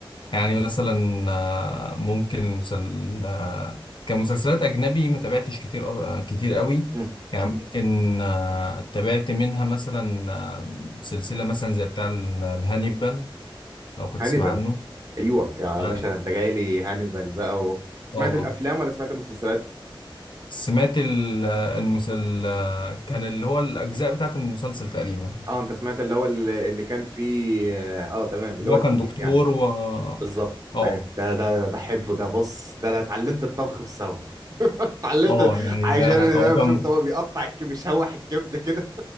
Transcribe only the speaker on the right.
<laughs>
مم.
ايوه يا
باشا
ده انت جاي لي هانيبال بقى و... سمعت
الافلام ولا سمعت المسلسلات
اه انت سمعت اللي هو اللي, اللي كان فيه اه تمام اللي
هو
الجديد
يعني
بالظبط
ايوه ده ده ده بحبه ده بص ده انا اتعلمت الطبخ بسببه <laughs> اتعلمت
عشان
انا
شفت هو بيقطع الكبد بيشوح الكبده كده